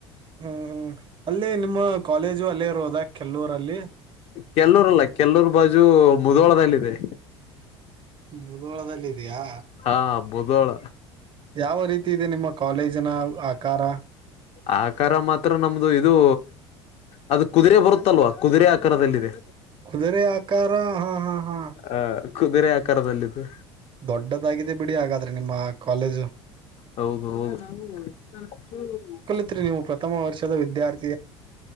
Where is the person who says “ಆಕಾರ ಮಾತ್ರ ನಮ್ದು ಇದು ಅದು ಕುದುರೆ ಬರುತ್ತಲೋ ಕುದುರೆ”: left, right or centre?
Left